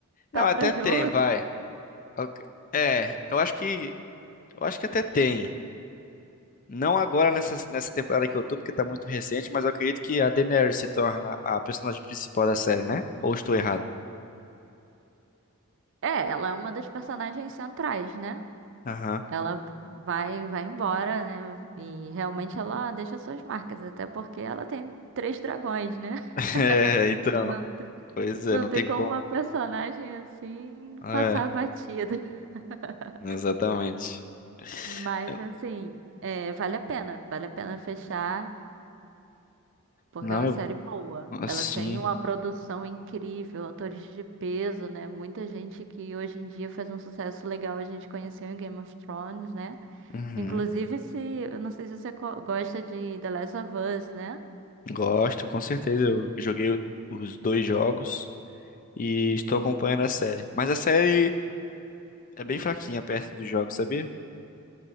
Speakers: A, on the left (about 35°); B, on the right (about 55°).
A: Não,
B: tá
A: até
B: para jogo.
A: tem, vai. Ok. É, eu acho que eu acho que até tem. Não agora nessa, nessa temporada que eu tô, porque tá muito recente, mas eu acredito que a Daenerys se torna a personagem principal da série, né? Ou estou errado?
B: É, ela é uma das personagens centrais, né?
A: Aham.
B: Ela
A: <laughs>
B: vai, vai embora, né? E realmente ela deixa suas marcas, até porque ela tem três dragões, né?
A: É,
B: <laughs>
A: então.
B: Não, t-
A: Pois é,
B: não
A: não
B: tem
A: tem
B: como
A: como.
B: uma personagem assim
A: É,
B: passar batida. <laughs>
A: exatamente.
B: Mas
A: Eu-
B: assim, é, vale a pena, vale a pena fechar, porque
A: não,
B: é uma
A: eu,
B: série boa.
A: assim,
B: Ela tem uma produção incrível, atores de peso, né? Muita gente que hoje em dia faz um sucesso legal, a gente conheceu em Game of Thrones, né?
A: uhum,
B: Inclusive, se, eu não sei se você co- gosta de The Last of Us, né?
A: gosto, com certeza. Eu joguei o- os dois jogos e estou acompanhando a série. Mas a série é bem fraquinha perto dos jogos, sabia?